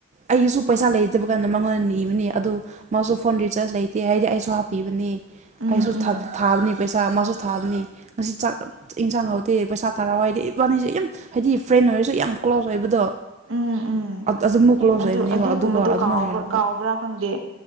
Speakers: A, on the right; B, on the right.
A: ꯑꯩꯒꯤꯁꯨ ꯄꯩꯁꯥ ꯂꯩꯇꯕ ꯀꯥꯟꯗ ꯃꯉꯣꯟꯗ ꯅꯤꯕꯅꯦ ꯑꯗꯨ ꯃꯥꯁꯨ ꯐꯣꯟ ꯔꯤꯆꯥꯔꯖ ꯂꯩ ꯇꯦ ꯍꯥꯏꯔꯗꯤ ꯑꯩꯁꯨ ꯍꯥꯞꯄꯤꯕꯅꯤ
B: ꯎꯝ
A: ꯑꯩꯁꯨ
B: ꯎꯝ
A: ꯊꯥ ꯊꯥꯕꯅꯦ ꯄꯩꯁꯥ ꯃꯥꯁꯨ ꯊꯥꯕꯅꯤ ꯉꯁꯤ ꯆꯥꯛ ꯑ ꯏꯟꯁꯥꯡ ꯍꯥꯎꯗꯦ ꯄꯩꯁꯥ ꯊꯥꯔꯛꯑꯣ ꯍꯥꯏꯔꯗꯤ ꯏꯕꯥꯅꯤꯁꯦ ꯌꯥꯝ ꯍꯥꯏꯗꯤ ꯐ꯭ꯔꯦꯟ ꯑꯣꯏꯔꯁꯨ ꯌꯥꯝ ꯀ꯭ꯂꯣꯁ ꯑꯣꯏꯕꯗꯣ
B: ꯎꯝ ꯎꯝ
A: ꯑꯗꯨꯃꯨꯛ
B: ꯌꯦ
A: ꯀ꯭ꯂꯣꯖ
B: ꯑꯗꯨ
A: ꯑꯣꯏꯕꯅꯦꯕ
B: ꯑꯗꯨꯒꯨꯝꯕꯗꯨ
A: ꯑꯗꯨꯒ ꯑꯗꯨꯃꯥꯏꯅ
B: ꯀꯥꯎꯕ
A: ꯍꯥꯏꯔꯛꯄꯗꯣ
B: ꯀꯥꯎꯕ꯭ꯔꯥ ꯈꯪꯗꯦ